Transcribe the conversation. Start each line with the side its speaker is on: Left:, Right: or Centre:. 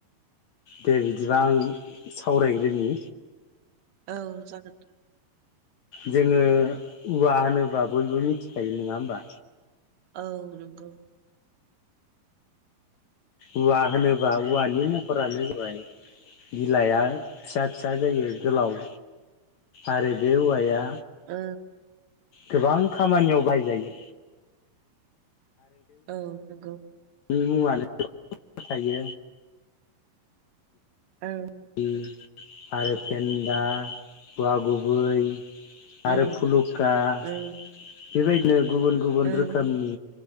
Left: दे बिदिबा आं सावरायग्रोनि
Right: औ जागोन।
Left: जोङो उवा होनोबा बयबो मिथिखायो नोङा होमबा
Right: औ नोंगौ।
Left: उवा होनोबा उवानि महरानो जाबाय बिलाइया फिसा फिसा जायो गोलाव आरो बे औवाया
Right: ओ।
Left: गोबां खामानियाव बाहायजायो।
Right: औ नोंगौ।
Left: मुवानो <unintelligible> थायो
Right: औ
Left: ओम। आरो फेन्दा उवा गुबै।
Right: उम
Left: आरो फुलुखा बेबायदिनो।
Right: उम
Left: गुबुन गुबुन
Right: उम
Left: रोखोमनि